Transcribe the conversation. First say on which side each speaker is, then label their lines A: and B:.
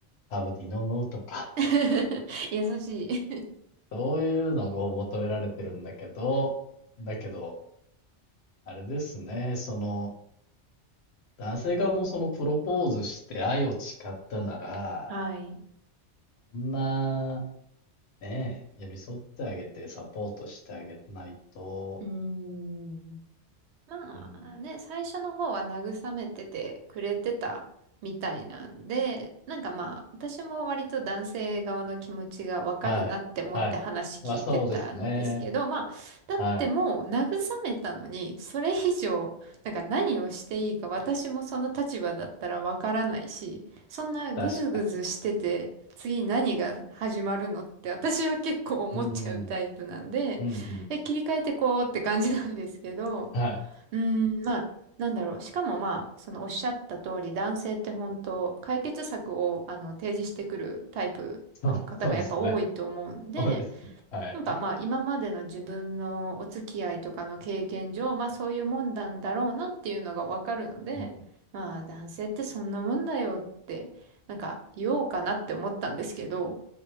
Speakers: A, on the left; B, on the right.
A: ハーブティー飲むとか、
B: <laughs> 優しい
A: <laughs> そういうのを求められてるんだけど、だけど、あれですね、その、男性側もそのプロポーズして愛を誓ったなら、
B: <laughs> はい。
A: そんな、ねえ、寄り添ってあげてサポートしてあげないと、
B: うーん。まあね、
A: うん
B: 最初の方は慰めててくれてたみたいなんで、なんかまあ、私も割と男性側の気持ちがわかるなって思って話聞いてたんですけど、
A: はい。はい。まあ、そうですね。
B: まあ、だってもう慰めたのに、
A: はい。
B: それ以上、なんか何をしていいか私もその立場だったらわからないし、そんなぐずぐずしてて、
A: 確かに。
B: 次何が始まるのって私は結構思っちゃうタイプなんで、
A: うーん。うん、うん。
B: え、切り替えてこうって感じなんですけど、
A: はい。
B: うーん、まあ、なんだろう。しかもまあ、そのおっしゃった通り、男性って本当、解決策をあの提示してくるタイプの方がやっぱ多いと思うんで、
A: そうそうですね。多いですね。はい。
B: なんかまあ、今までの自分のお付き合いとかの経験上、まあそういうもんなんだろうなっていうのがわかるので、
A: うん。
B: まあ、男性ってそんなもんだよって、なんか言おうかなって思ったんですけど、